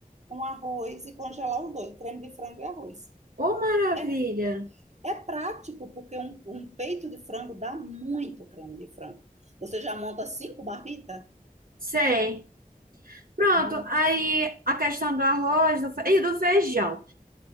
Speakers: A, on the right (about 50°); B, on the right (about 70°).
A: um arroz e congelar os dois, creme de frango e arroz.
B: ô maravilha.
A: É, é prático, porque um, um peito de frango dá muito creme de frango. Você já monta cinco marmitas?
B: Sei. Pronto,
A: Monta.
B: aí a questão do arroz do fe- e do feijão.